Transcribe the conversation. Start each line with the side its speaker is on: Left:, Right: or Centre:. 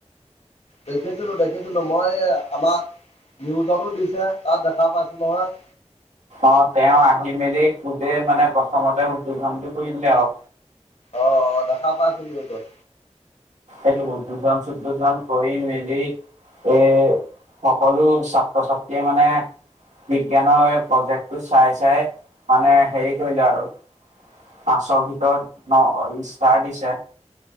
Left: দেখিছিলোঁ, দেখিছিলোঁ মই আমাৰ নিউজতো দিছে তাত দেখা পাইছোঁ নহয়।
Right: অ', তেওঁ আহি মেলি গোটে মানে প্ৰথমতে উদ্বোধনটো কৰিলে আৰু।
Left: অ', দেখা পাইছোঁ, নিউজত।
Right: এ উদ্বোধন, শুদ্বোধন কৰি মেলি এ সকলো ছাত্ৰ-ছাত্ৰীয়ে মানে বিজ্ঞানৰ প্ৰজেক্টটো চাই চাই মানে হেৰি কৰিলে আৰু। পাঁচৰ ভিতৰত ন' ষ্টাৰ দিছে।